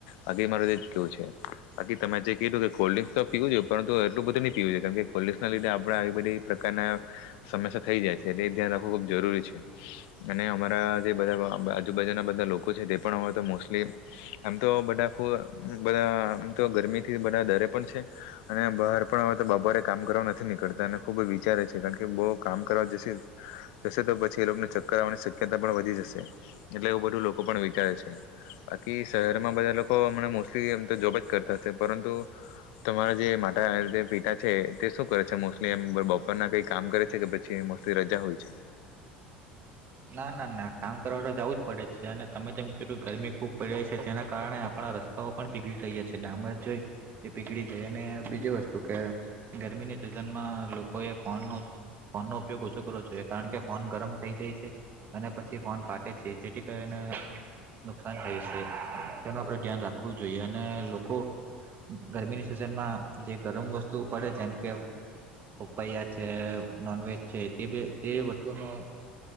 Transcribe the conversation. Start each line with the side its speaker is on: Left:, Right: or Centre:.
Left: બાકી મારો દેશ કેવું છે બાકી તમે જે કીધું કે કોલ્ડ ડ્ર્રીંક્સ તો પીવું જોઈએ પરુ એટલું બધું નહીં પીવુંઈએ કારણ કે કોલ્ડ ડ્ર્રીંસ લીધે આપણે આવી બધી પ્રકારના સમસ્યા થઈ જાય છે એ ધ્યાન રાખવું ખૂબ જરૂરી છે અને અમારા જે બધા આજુબાજુના બધા લોકો છે તે પણ અમારે તો મોસ્ટલી આમ તો બધા આખું બધા તો ગરમી થી બધા દરે પણ છે અને બહાર પણ આવે તો બાપારે કામ કરવા નથી નીકળતા અને ખુબ જ વિચારે છે કારણ કે બહુ કામ કરવા જશે જશે તો પછી એ લોકોને ચક્કર આવવાની શક્યતા પણ વધી જશે એટલે એવું બધું લોકો પણ વિચારે છે. બાકી શહેરમાં બધા લોકો હમણા મોસ્ટલી એમ તો જોબ જ કર પરંતુ તમારા જે માતા જે પિતા છે તે શું કરે છે મોસ્ટલી એ બપોરના કઈ કામ કરે છે કે પછી મોસ્ટલી રજા હોય છે.
Right: ના ના ના કામ કરવા તો જવું જ પડે છે અને તમે જેમ કું ગરમી ખૂબ પડી રહી છે જેના કારણે આપણા રસ્તાઓ પણ પીગળી રહ્યા છ છેએ ડામર જોઈ તે પીગળી જાય અને બીજી વસ્તુ કે ગરમીની સિઝનમાં લોકોએ ફોનનો ફોનનો ઉપયોગ ઓછો કરવો જોઈએ કારણ કે ફોન ગરમ થઈ જાય છે. અને પછી ફોન ફાટે છે જેથી કરીને નુકસાન થય છે તેનું આપણે ધ્યાન રાખવું જોઈએ અને લોકો ગરમીની સિઝનમાં જે ગરમ વસ્તુ પડે જેમ કે પપૈયા છે નોનવેજ છે તે તે વસ્તુનો